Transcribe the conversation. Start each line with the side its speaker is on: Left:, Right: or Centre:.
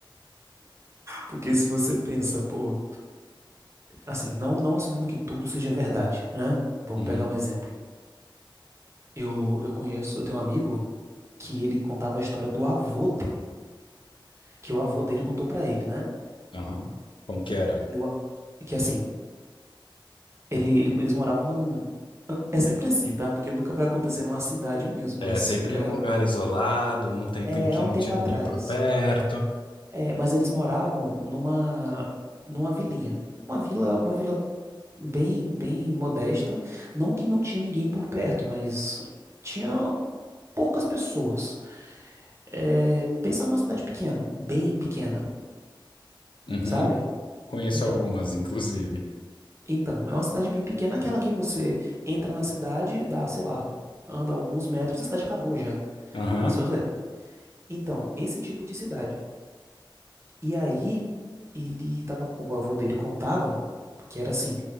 Right: Porque se você pensa, pô, Assim, não, não assumindo que tudo seja verdade, né? Vamos
Left: Uhum,
Right: pegar um exemplo. Eu, eu conheço, eu tenho um amigo que ele contava a história do avô dele, que o avô dele contou pra ele, né?
Left: aham. Como que era?
Right: E o- que assim, ele, ele- eles moravam num. É sempre assim, tá? Porque nunca vai acontecer numa cidade mesmo,
Left: É
Right: mas
Left: sempre
Right: era.
Left: num lugar isolado, num tempo
Right: É,
Left: em que
Right: é um
Left: não
Right: tempo
Left: tinha
Right: atrás.
Left: ninguém por perto.
Right: É, mas eles moravam numa, numa vilinha. Uma vila, uma vila bem, bem modesta. Não que não tinha ninguém por perto, mas tinha. poucas pessoas. É, pensa numa cidade pequena, bem pequena,
Left: Uhum.
Right: sabe?
Left: Conheço
Right: Então,
Left: algumas, inclusive.
Right: então, é uma cidade bem pequena, aquela que você entra na cidade, dá, sei lá, anda alguns metros, a cidade acabou já.
Left: Aham.
Right: Aí você, ué, então, esse tipo de cidade. E aí, ele tava, o avô dele contava que era assim,